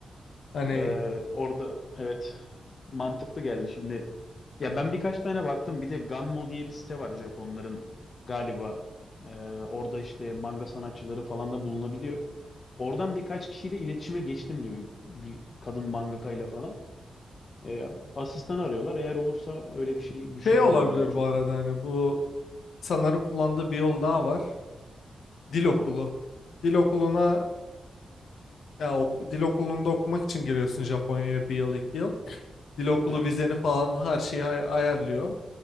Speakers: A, on the left (about 80°); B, on the left (about 40°).
A: Hani
B: E, orada evet mantıklı geldi şimdi. Ya ben birkaç tane baktım. Bir de Ganmo diye bir site var Japonların galiba. E, orada işte manga sanatçıları falan da bulunabiliyor. Oradan birkaç kişiyle iletişime geçtim gibi bir kadın mangakayla falan. E, asistan arıyorlar. Eğer olursa öyle bir şey düşünüyorum
A: şey olabilir
B: ya çünkü.
A: bu arada hani bu sanırım kullandığı bir yol daha var. Dil okulu.
B: Aha,
A: Dil okuluna ya oku- dil okulunda okumak için geliyorsun Japonya'ya bir yıl iki yıl. Dil okulu
B: evet.
A: vizeni falan her şeyi ay- ayarlıyor.